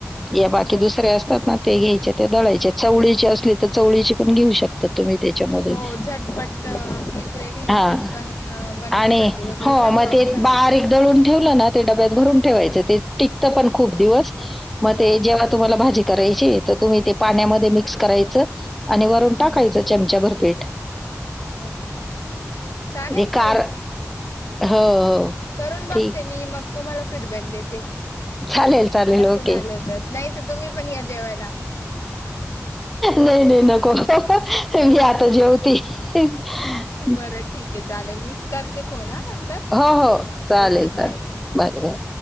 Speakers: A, in the centre; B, on the left.
A: या बाकी
B: हो
A: दुसरे
B: हो
A: असतात ना ते घ्यायच्या ते दळायच्या चवळीचे असले तर चवळीचे पण घेऊ शक ता तुम्ही त्याच्यामध्ये,
B: हो झटपट आपली ग्रेव्ही
A: हा
B: पटकन बनण्यासाठी
A: आणि
B: वगैरे
A: हो मग
B: चांगला
A: ते
B: ऑप्शन
A: बारीक
B: आहे
A: दळून ठेवलं ना ते डब्यात भरून ठेवायचं ते टिकतं पण खूप दिवस. मग
B: हो
A: ते जेव्हा तुम्हाला भाजी करायची तर तुम्ही ते पाण्यामध्ये मिक्स करायचं आणि वरून
B: हम्म
A: टाकायचं चमचा भर पीठ.
B: ओके ओके, चालेल
A: म्हणजे
B: ताई
A: कार हो हो
B: करून बघते
A: ठीक
B: मी मग तुम्हाला फीडबॅक देते.
A: चालेल चालेल
B: कसं
A: ओके
B: झालं होत, नाही तर तुम्ही पण या जेवायला.
A: नाही नाही, नको मी आता जेवती. <unintelligible>
B: बरं ठीक आहे चालेल मी करते फोन हा नंतर
A: हो हो चालेल
B: ओके
A: चालेल.
B: बाय
A: बर बर